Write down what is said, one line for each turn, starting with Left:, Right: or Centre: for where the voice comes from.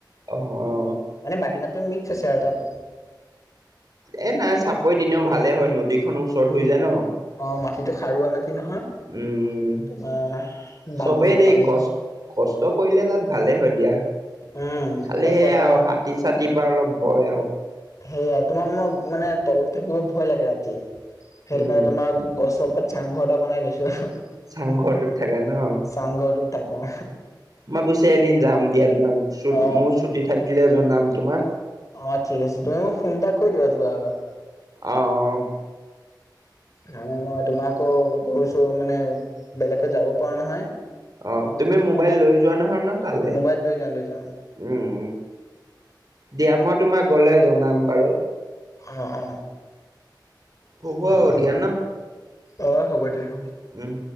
Right: অঁ অঁ।
Left: মানে ভাতটো <unintelligible> মিক্স আছে আৰু তাত।
Right: এ নাই চাপৰিত ইনেও ভালে হয় নদী খনৰ ওচৰত হৈ যায় ন।
Left: অ মাটিতো সাৰুৱা মাটি নহয়
Right: উম
Left: তোমাৰ
Right: চবেই
Left: বানপানীৰ
Right: দেই
Left: পাই।
Right: কষ্ট কষ্ট কৰিলে তাত ভালেই হয় দিয়া
Left: উম
Right: খালি
Left: তাৰপিছত
Right: সে
Left: আকৌ
Right: আৰু হাত। হাতীৰ চাতি পৰা অলপ ভয় আৰু।
Left: সেয়াই তোমাৰ মোক মানে তলত থাকিব ভয় লাগে, ৰাতি সেইটো
Right: উম
Left: কাৰণে তোমাৰ গছৰ ওপৰত। চাংঘৰ এটা বনাই লৈছো।
Right: চাংঘৰটোত থাকে ন।
Left: চাংঘৰটো থাকো।
Right: মই পিছে এদিন যাম দিয়া তোমাক।
Left: অ
Right: মোৰ ছুটি থাকিলে জনাম তোমাক।
Left: অঁ ঠিক আছে। তুমি মোক ফোন এটা কৰি দিবা যোৱা আগত।
Right: অঁ অঁ।
Left: মানে মই তোমাকো গৈছো মানে বেলেগে যাব পৰা নহয়।
Right: অঁ তুমি মোবাইল লৈ যোৱা নহয় ন। তালে
Left: মোবাইল লৈ যাওঁ লৈ যাওঁ,
Right: উম দিয়া মই তোমাক গলে জনাম বাৰু
Left: অঁ অঁ
Right: হ'ব
Left: তাকে
Right: আৰু দিয়া ন
Left: অঁ হ'ব দিয়া হ'ব।
Right: উম।